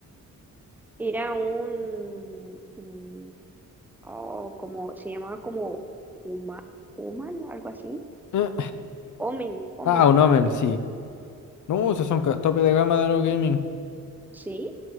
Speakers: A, in the centre; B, on the left.
A: Era un, mm, oh, como, se llamaba como Uma, Uman, algo así.
B: Eh,
A: Omen, Omen.
B: Ah, un Omen, sí. No, esos son ca- tope de gama de los gaming.
A: Sí,